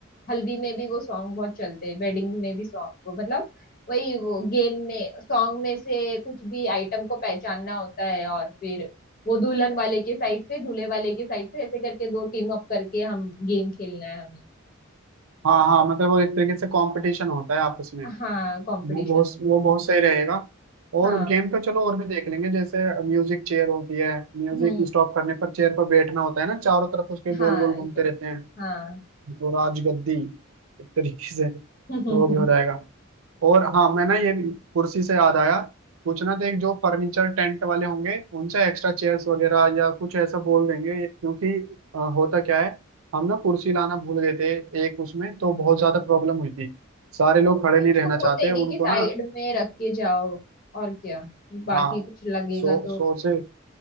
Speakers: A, on the left (about 45°); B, on the right (about 80°).
A: हल्दी में भी वो सॉन्ग बहुत चलते हैं वेडिंग में भी सॉन्ग वो मतलब वही वो गेम में सॉन्ग में से कुछ भी आइटम को पहचानना होता है और फिर वो दुल्हन वाले के साइड से दूल्हे वाले के साइड से ऐसे करके दो टीम अप करके हम गेम खेलना है हमें
B: हाँ हाँ मतलब वो एक तरीके से कंपटीशन होता है आपस में
A: हाँ कंपटीशन
B: वो बहुत वो बहुत सही रहेगा और
A: हाँ
B: गेम तो चलो और भी देख लेंगे जैसे म्यूजिक चेयर होती है म्यूजिक
A: हम्म
B: स्टॉप करने पर चेयर पर बैठना होता है ना चारों तरफ उसके
A: हाँ
B: गोल गोल घूमते
A: यस
B: रहते हैं
A: हाँ
B: तो राजगद्दी एक तरीके से तो
A: हम्म
B: वो भी हो जाएगा
A: <laughs>
B: और हाँ मैं ना ये कुर्सी से याद आया पूछना था एक जो फर्नीचर टेंट वाले होंगे उनसे एक्स्ट्रा चेयर्स वगैरह या कुछ ऐसा बोल देंगे क्योंकि अ, होता क्या है हम ना कुर्सी लाना भूल गए थे एक उसमें तो बहुत ज्यादा प्रॉब्लम हुई थी सारे लोग खड़े
A: नहीं
B: नहीं
A: उसको
B: रहना
A: बोल
B: चाहते
A: देंगे
B: उनको
A: कि साइड
B: ना
A: में रख के जाओ और क्या बाकी
B: हाँ
A: कुछ लगेगा
B: सो
A: तो
B: सो से